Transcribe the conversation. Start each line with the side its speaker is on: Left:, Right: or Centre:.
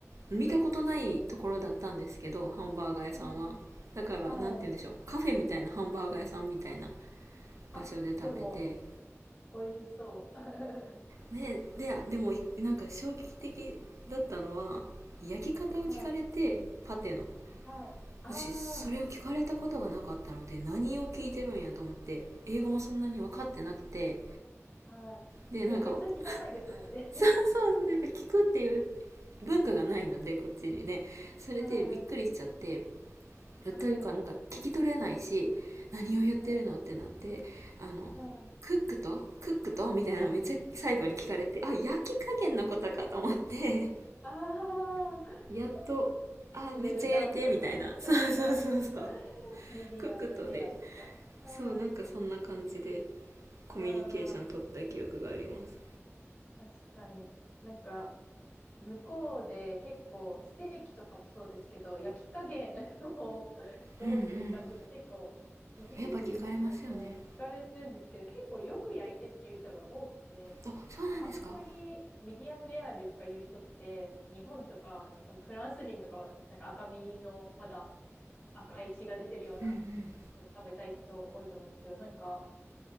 Right: 見たことないところだったんですけど、
Left: 土地土地の。
Right: ハンバーガー屋さんは。
Left: ええ
Right: だから、
Left: はい。
Right: なんて言うんでしょう。カフェみたいなハンバーガー屋さんみたいな
Left: あ、
Right: 場所で食べて。
Left: でも、美味しそう。<laughs>
Right: ね、で、でも、なんか衝撃的だったのは、焼き方を聞かれて、
Left: はい。
Right: パテの。
Left: はい。ああ、
Right: 私、それを聞かれたことがなかったので、何を聞いてるんやと思って、英語もそんなに分かってなくて、
Left: はい。
Right: で、なんか、
Left: いや、普通聞かないですもんね。
Right: <laughs> そうそう、
Left: <laughs>
Right: それ聞くっていう文化がないので、こっちにね。それでびっくりしちゃって、
Left: はい。はい。
Right: というかなんか聞き取れないし、何を言ってるのってなって、
Left: はい。
Right: あの、
Left: はい。
Right: クックとクックとみたいなのめっちゃ最後に聞かれて、
Left: はい
Right: あ、焼き加減のことかと思って、
Left: ああ、
Right: <laughs> やっと、あ、
Left: ウェルダンとか、
Right: めっちゃ焼いて、みたいな。<laughs> そうそうそうそう。
Left: <laughs> ミディアムレアとか。
Right: クックとで。
Left: はい。
Right: そう、なんかそんな感じでコミュニケーション取った記憶があります。
Left: ああ、確かに。なんか、向こうで結構ステーキとかもそうですけど焼き加減を <laughs> どうするかっていうのは結構イギリス人ってなんか聞かれてるんですけど結構よく焼いてっていう人が多くて
Right: うんうん。やっぱ聞かれますよね。あ、そうなんですか
Left: あんまりミディアムレアでとかいう人って日本とかあの多分フランス人とかはなんか赤身のまだ赤い血が出てるような
Right: うんうん。
Left: の食べたいって人多いと思うんですけどなんか